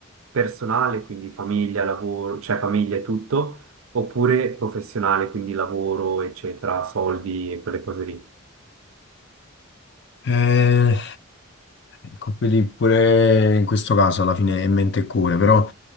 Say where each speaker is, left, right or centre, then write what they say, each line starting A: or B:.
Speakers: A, on the right; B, on the left.
A: personale, quindi famiglia, lavoro, cioè famiglia e tutto, oppure professionale, quindi lavoro, eccetera, soldi e quelle cose lì?
B: ah. Ecco, quindi pure in questo caso alla fine è mente e cuore, però